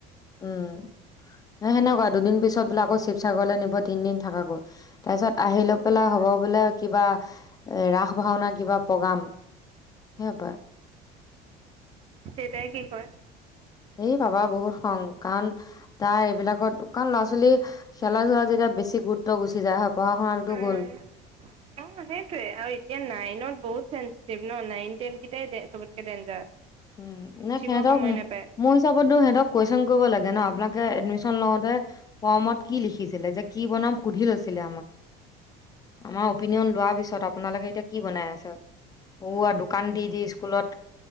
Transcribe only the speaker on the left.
উম, এ সেনেকুৱা দুদিন পিছ পিছত বোলে, আকৌ শিৱসাগৰলৈ নিব তিনদিন থাকাকৈ। তাৰ পিছত আহি
লৈ পেলাই হ'ব বোলে, কিবা এ ৰাস ভাওনা কিবা প্ৰগ্ৰাম। সেইসোপা।
এই বাবা বহুত খং, কাৰণ তাৰ এইবিলাকত কাৰণ ল'ৰা-ছোৱালী খেলা-ধূলা যেতিয়া বেছি গুৰুত্ব গুচি যায়, <unintelligible>
গ'ল
উম, নাই
সিহঁতক,
মোৰ হিচাপতো সিহঁতক কুৱেশচন কৰিব লাগে। ন', আপোনালোকে এডমিশ্যন লওতে ফৰ্মত কি লিখিছিলে। যে কি বনাম সুধি লৈছি লে আমাক। আমাৰ অপিনিয়ন লোৱাৰ পিছত, আপোনালোকে এতিয়া কি বনাই আছে। ওৱা, দুক কান দি দি স্কুলত